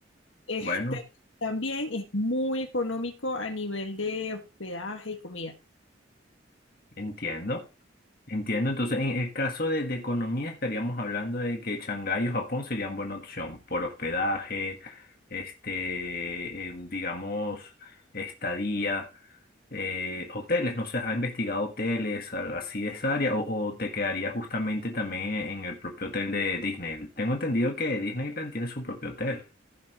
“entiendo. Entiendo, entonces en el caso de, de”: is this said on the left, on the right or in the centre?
Left